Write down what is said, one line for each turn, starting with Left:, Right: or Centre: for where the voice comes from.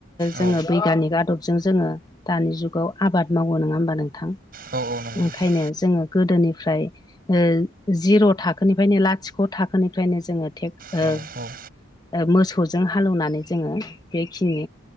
Right: औ
Left: जोङो बैग्यानिक आदब जों जोङो दानि जुगाव आबाद मावो नङा होमबा नोंथां।
Right: औ औ नंगौ
Left: ओंखायनो
Right: नोंथां
Left: जोङो गोदोनिफ्राय। ओ जिर' थाखोनिफ्रायनो लाथिख' थाखोनिफ्रायनो जोङोे <unintelligible>
Right: औ औ
Left: ओ मोसौजों हालौवनानै जोङो बेखिनि